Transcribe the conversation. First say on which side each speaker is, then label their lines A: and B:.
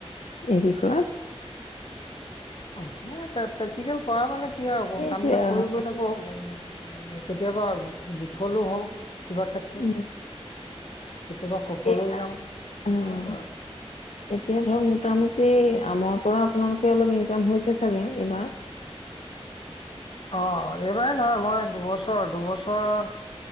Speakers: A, on the left (about 85°); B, on the left (about 55°).
A: এই বিষয়ত।
B: অঁ ন তজিক <unintelligible> ঘৰৰ মানুহে কি কয় কি আৰু হ'ব।
A: সেইটোৱে
B: কামবিলাক
A: অ'।
B: কৰি গৈ থাকো আৰু সময় সময়। কেতিয়াবা বিফলো হওঁ। কিবা ক্ষেত্ৰত।
A: উম,
B: কেতিয়াবা সফল
A: এতিয়া
B: হৈ যাওঁ,
A: অ'
B: তেনেকুৱা আৰু।
A: এতিয়া ধৰক মোটামুটি আমৰ পৰা আপোনালোকৰ অলপ ইনকাম হৈছে চাগে, এইবাৰ।
B: অঁ এইবাৰ নহয় মই দুবছৰ, দুবছৰ